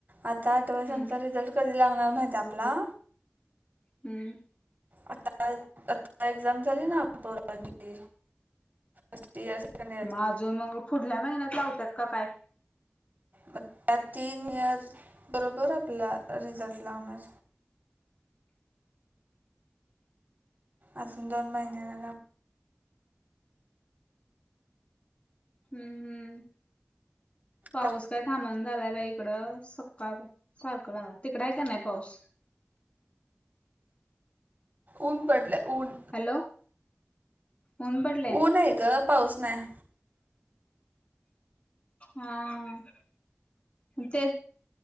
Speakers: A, on the right; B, on the left.
A: आता आठव्या सेमचा
B: हम्म
A: रिझल्ट कधी लागणार माहित हाय आपला
B: हू.
A: आता आता एक्झाम झाली ना पोरांची असती <unintelligible>
B: म अजून मग पुढल्या महिन्यात लावत्यात का काय?
A: मग त्या तीन इयर बरोबर आपला रिझल्टस लावणार. अजून दोन महिन्यांन लाव
B: हू हुं. पाऊस
A: लाग-
B: काय थांब ना झालाय बाई इकडं. सकाळ पा सारखं लागा तिकड हाय का नाही पाऊस
A: ऊन पडलं ऊन.
B: हॅलो, ऊन पडलय.
A: ऊन हाय ग. पाऊस नाही.
B: हा हा. तेच